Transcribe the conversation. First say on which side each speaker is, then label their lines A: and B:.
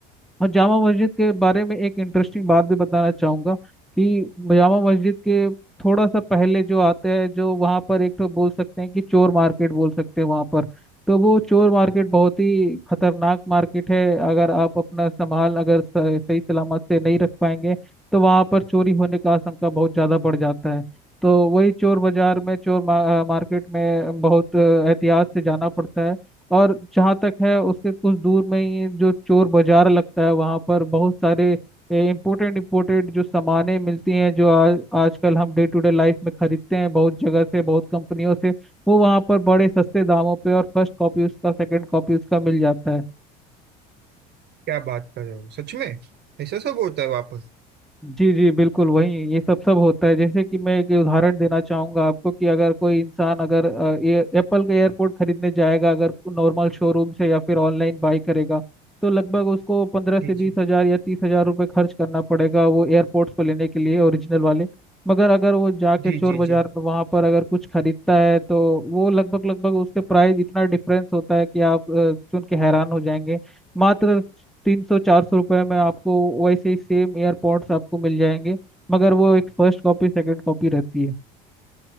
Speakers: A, in the centre; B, on the right.
A: और जामा मस्जिद के बारे में एक इंटरेस्टिंग बात भी बताना चाहूँगा कि जामा मस्जिद के थोड़ा सा पहले जो आता है जो वहाँ पर एक तो बोल सकते हैं कि चोर मार्केट बोल सकते हैं वहाँ पर तो वो चोर मार्केट बहुत ही खतरनाक मार्केट है अगर आप अपना संभाल अगर स- सही सलामत से नहीं रख पाएंगे तो वहाँ पर चोरी होने का आशंका बहुत ज़्यादा बढ़ जाता है तो वही चोर बाजार में चोर मा, मार्केट में बहुत अ, एहतियात से जाना पड़ता है और जहाँ तक है उसके कुछ दूर में ही जो चोर बाजार लगता है वहाँ पर बहुत सारे इम्पोर्टेंट इम्पोर्टेंट जो सामानें मिलती हैं जो आज आजकल हम डे टू डे लाइफ में खरीदते हैं बहुत जगह से बहुत कंपनियों से वो वहाँ पर बड़े सस्ते दामों पे और फर्स्ट कॉपी उसका सेकंड कॉपी उसका मिल जाता है
B: क्या बात कर रहे हो सच में ऐसा सब होता है वापस
A: जी जी बिल्कुल वही ये सब सब होता है जैसे कि मैं एक उदाहरण देना चाहूंगा आपको कि अगर कोई इंसान अगर अ, ये एप्पल का एयरपोर्ट खरीदने जाएगा अगर नॉर्मल शोरूम से या फिर ऑनलाइन बाई करेगा तो लगभग उसको पंद्रह
B: जी
A: से बीस
B: जी
A: हजार या तीस हजार रुपये खर्च करना पड़ेगा वो एयरपोर्ट्स को लेने के लिए ओरिजिनल वाले मगर अगर वो जाके
B: जी
A: चोर
B: जी
A: बाजार
B: जी
A: में वहाँ पर अगर कुछ खरीदता है तो वो लगभग लगभग उसके प्राइस इतना डिफरेंस होता है कि आप अ, सुन के हैरान हो जाएंगे मात्र तीन सौ चार सौ रुपये में आपको वैसे ही सेम एयरपॉड्स आपको मिल जाएंगे मगर वो एक फर्स्ट कॉपी सेकंड कॉपी रहती है